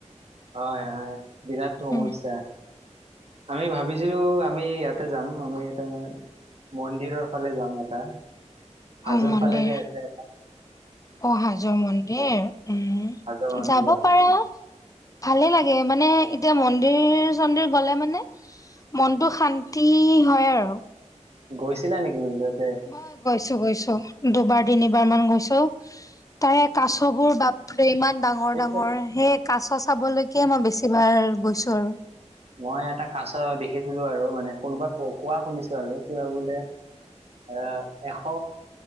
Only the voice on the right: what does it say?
হয় হয় বিৰাট সমস্যা।
আমি ভাবিছিলো। আমি ইয়াতে যাম আমি এটা মন্দিৰৰ ফালে যাম এটা
হাজৰ
ফালে যায় আছে এটা
হাজোৰ মন্দিৰৰ
গৈছিলা নেকি মাজত?
এইটো
মই এটা কাছ দেখিছিলো আৰু মানে কোনোবা কোৱা শুনিছো আৰু কিবা বোলে। এ এশ